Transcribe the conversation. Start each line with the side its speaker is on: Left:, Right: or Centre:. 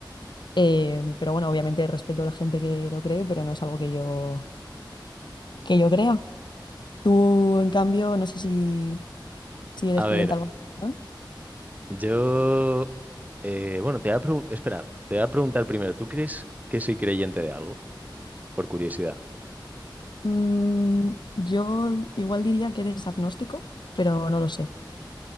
Left: Eh, pero bueno, obviamente respeto a la gente que lo cree, pero no es algo que yo, que yo crea. Tú, en cambio, no sé si, si eres
Right: A
Left: creyente
Right: ver,
Left: en alguna religión.
Right: yo, eh, bueno, te voy a preguntar, espera, te voy a preguntar primero, ¿tú crees que soy creyente de algo? Por curiosidad,
Left: Mm, yo igual diría que eres agnóstico, pero no lo sé.